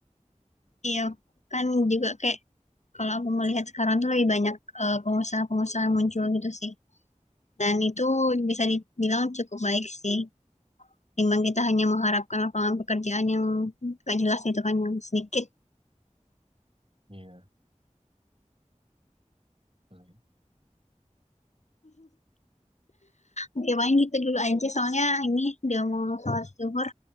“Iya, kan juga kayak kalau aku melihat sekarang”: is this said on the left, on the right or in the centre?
Left